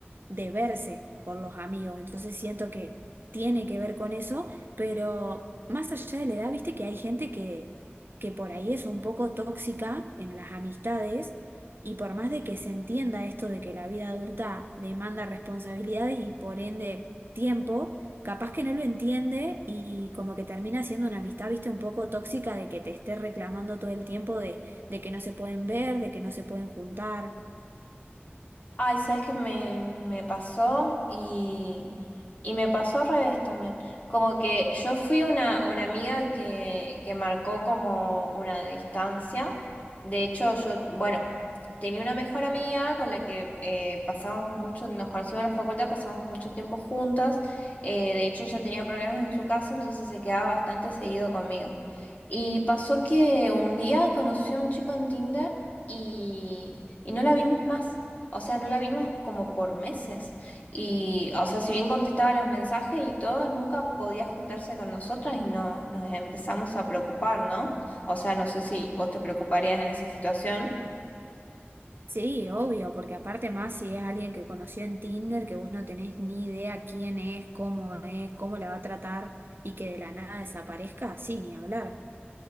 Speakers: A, on the right; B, on the left.
A: de verse con los amigos. Entonces siento que tiene que ver con eso, pero más allá de la edad, viste que hay gente que, que por ahí es un poco tóxica en las amistades y por más de que se entienda esto de que la vida adulta demanda responsabilidades y por ende tiempo, capaz que no lo entiende y como que termina siendo una amistad, viste, un poco tóxica de que te esté reclamando todo el tiempo de, de que no se pueden ver, de que no se pueden juntar.
B: Ay, ¿sabes qué me, me pasó? Y, y me pasó al revés también. Como que yo fui una, una amiga que, que marcó como una distancia. De hecho, yo, bueno, Tenía una mejor amiga con la que eh, pasábamos mucho, nos conocimos en la facultad, pasábamos mucho tiempo juntas. eh, de hecho, ella tenía problemas en su casa, entonces se quedaba bastante seguido conmigo. Y pasó que un día conoció a un chico en Tinder y, y no la vimos más. O sea, no la vimos como por meses. Y, o sea, si bien contestaba los mensajes y todo, nunca podía juntarse con nosotras y no, nos empezamos a preocupar, ¿no? O sea, no sé si vos te preocuparías en esa situación.
A: Sí, obvio, porque aparte más si es alguien que conoció en Tinder, que vos no tenés ni idea quién es, cómo es, cómo la va a tratar y que de la nada desaparezca, sí, ni hablar.